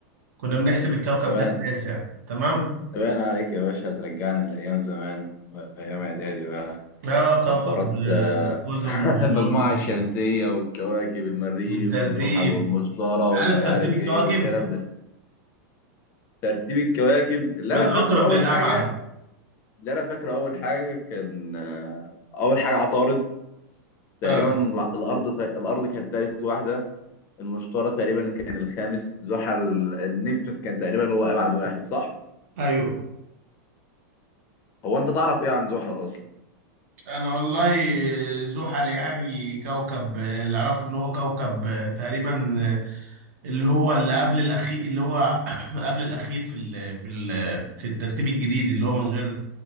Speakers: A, on the right; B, on the left.
A: كنا بنحسب الكوكب
B: ده باين
A: ده التاسع تمام
B: ده باين عليك يا باشا هترجعني لأيام زمان وأيام إعدادي بقى
A: اه كوكب
B: وحوارات
A: آه،
B: آه،
A: قزم
B: <laughs>
A: وشيولو
B: المجموعة الشمسية والكواكب المريخ
A: بالترتيب
B: والزحل والمشتري ومش
A: عارف ترتيب
B: عارف
A: الكواكب
B: إيه والكلام ده ترتيب الكواكب اللي
A: من
B: أنا
A: الاقرب
B: فاكره أول
A: للابعد
B: حاجة اللي أنا فاكره أول حاجة كان آه، أول حاجة عطارد تقريبا
A: اه
B: لا، الأرض الأرض كانت تالت واحدة المشتري تقريبا كان الخامس زحل النبتون كان تقريبا هو أبعد واحد صح؟
A: ايوه
B: هو أنت تعرف إيه عن زحل أصلا؟
A: انا والله زحل يعني كوكب اللي اعرفه ان هو كوكب تقريبا اللي هو اللي قبل الاخير اللي هو <coughs> <clears throat> قبل الاخير في ال في ال في الترتيب الجديد اللي هو من غير